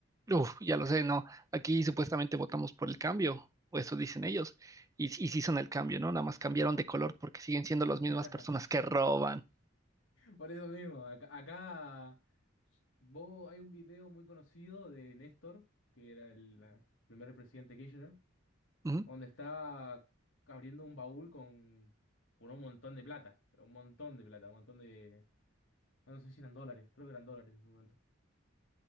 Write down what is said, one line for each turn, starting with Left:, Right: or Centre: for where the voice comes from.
Right: Uf, ya lo sé, ¿no? Aquí supuestamente votamos por el cambio, o eso dicen ellos. Y, y sí son el cambio, ¿no? Nada más cambiaron de color porque siguen siendo
Left: <laughs>
Right: las mismas personas que roban.
Left: Por eso mismo, acá, acá vos, hay un video muy conocido de Néstor, que era el la- primer presidente Kirchner,
Right: Ujú,
Left: donde está abriendo un baúl con, por un montón de plata, pero un montón de plata, un montón de... No sé si eran dólares, creo que eran dólares en su momento.